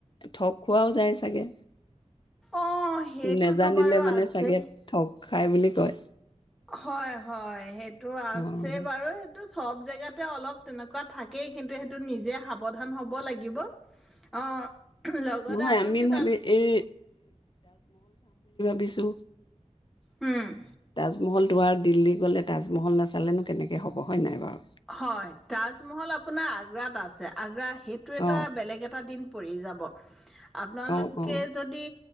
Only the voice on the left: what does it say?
ঠগ খোৱাও যায় চাগে।
নেজানিলে
মানে
চাগে ঠগ খাই বুলি কয়।
অ',
নহয়
আমি ভাবি
এই দিছো।
তাজমহল তোমাৰ দিল্লী গ'লে তাজমহল নাচালেনো কেনেকে হ'ব? হয় নে‌ নাই বাৰু?
অ',
অ', অ',